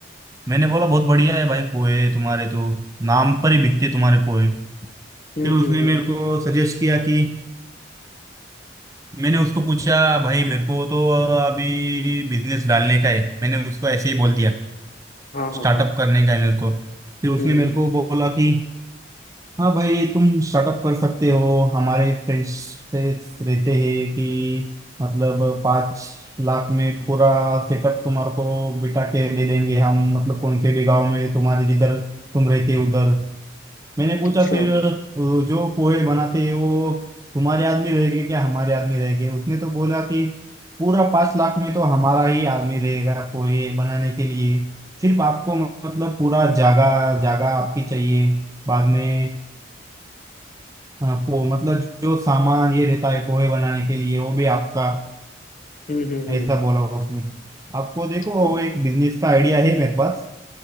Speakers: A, on the right; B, on the left.
A: मैंने बोला बहुत बढ़िया है भाई पोहे तुम्हारे तो नाम पर ही बिकते तुम्हारे पोहे
B: हम्म
A: फिर उसने
B: हम्म हम्म,
A: मेरे को सजेस्ट किया कि मैंने उसको पूछा भाई मेरे को तो अभी बिजनेस डालने का है मैंने उसको ऐसे ही बोल दिया
B: हाँ हाँ
A: स्टार्टअप
B: हाँ
A: करने का है मेरे को फिर उसने
B: हम्म
A: मेरे को बोला कि हाँ भाई तुम स्टार्टअप कर सकते हो हमारे फ्रेंड्स रहते हैं कि मतलब पाँच लाख में पूरा सेटअप तुम्हारे को बिठा के दे देंगे हम मतलब कौन से भी गांव में तुम्हारे जिधर तुम रहते हो उधर मैंने पूछा
B: अच्छा
A: फिर अ, जो पोहे बनाते हैं वो तुम्हारे आदमी रहेंगे क्या हमारे आदमी रहेंगे उसने तो बोला कि पूरा पांच लाख में तो हमारा ही आदमी रहेगा पोहे बनाने के लिए सिर्फ आपको मतलब पूरा जगह जगह आपकी चाहिए बाद में अ, पो मतलब जो सामान ये रहता है पोहे बनाने के लिए वो भी आपका
B: हम्म हम्म हम्म
A: ऐसा बोला उसने आपको देखो वो
B: तो-
A: एक बिजनेस का आइडिया है मेरे पास